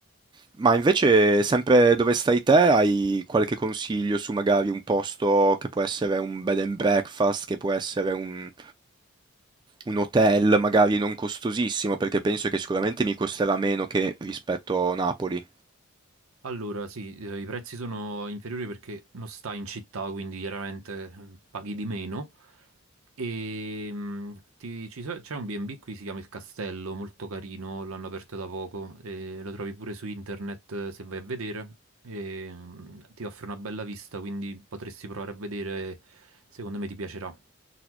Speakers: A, on the right; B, on the right.
A: Ma invece, sempre dove stai te, hai qualche consiglio su magari un posto che può essere un bed and breakfast, che può essere un, un hotel magari non costosissimo, perché penso che sicuramente mi costerà meno che rispetto a Napoli.
B: Allora, sì, eh, i prezzi sono inferiori perché non stai in città, quindi chiaramente eh, paghi di meno. E mm, ti- ci so- c'è un B&B qui, si chiama Il Castello, molto carino, l'hanno aperto da poco, e lo trovi pure su internet eh, se vai a vedere. E, mm, ti offre una bella vista, quindi potresti provare a vedere, secondo me ti piacerà.